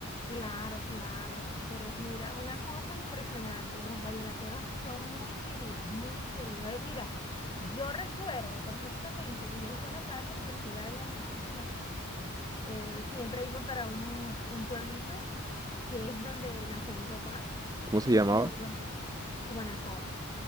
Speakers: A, on the left; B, on the right.
A: Claro, claro, pero mira, una cosa impresionante, los vallenateros son muy queridos, muy queridos. Eh, mira, yo recuerdo perfectamente que yo cuando estaba en la universidad allá en Venezuela, eh, siempre iba para un, un pueblito que es donde nació mi papá
B: ¿Cómo se llamaba?
A: y bueno, Cumanacoa.